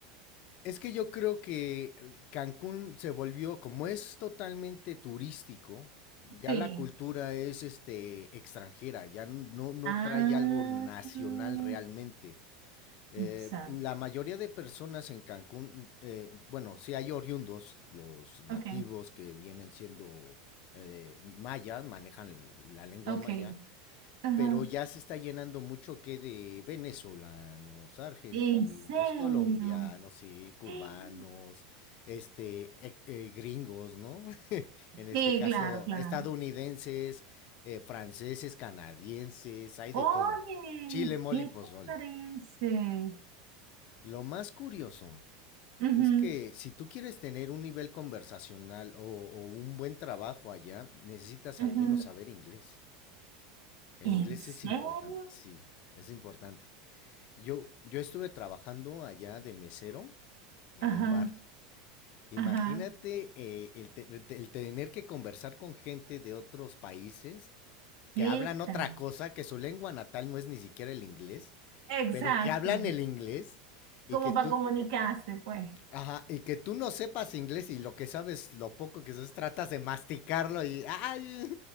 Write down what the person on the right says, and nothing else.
sí.
Ah,
o
sea,
ok,
ok.
Ajá.
¿En serio?
<gasps>
Sí,
claro, claro.
Oye,
¿qué
te parece?
Ujú,
ujú.
¿En
serio?
Ajá,
ajá.
¿Qué
tal?
Exacto.
Como
para comunicarse, pues.